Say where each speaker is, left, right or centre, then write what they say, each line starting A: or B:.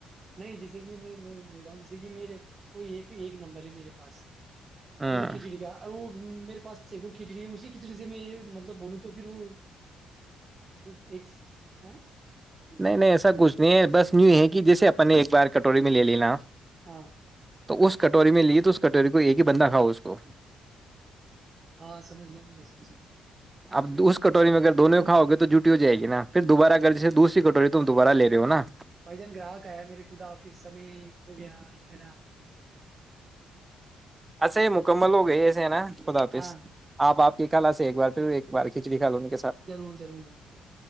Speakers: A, on the right (about 35°); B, on the right (about 20°).
A: نہیں جیسے کہ میں میں بول رہا ہوں جیسے کہ میرے کوئی یہ ایک نمبر ہے میرے پاس
B: ہاں
A: میری کھچڑی کا اور وہ میرے پاس ایک کھچڑی ہے اسی کھچڑی سے میں مطلب بولوں تو پھر وہ وہ ایک ہاں
B: نہیں نہیں ایسا کچھ نہیں ہے بس نیو ہے کہ جیسے اپنے نے ایک بار کٹوری میں لے لینا
A: ہاں
B: تو اس کٹوری میں لی تو اس کٹوری کو ایک ہی بندہ کھاؤ اس کو
A: ہاں سج گیا ویسے تو سج
B: اپ اس کٹوری میں اگر دونوں کھاؤ گے تو جٹی ہو جائے گی نا پھر دوبارہ اگر جیے دوسری کٹوری تو تم دوبارہ لے رہے ہو نا
A: بھائی جان گراہک آیا میرری خدا آفس سے ہو گیا کہنا
B: اھا یہ مکمل ہو گئی ایسے ہے نا بتا
A: ہاں
B: آپ آپ کی خلا سے ایک بار پھر ایک بار کچی کاووں
A: ضرور ضرور ناور ضرور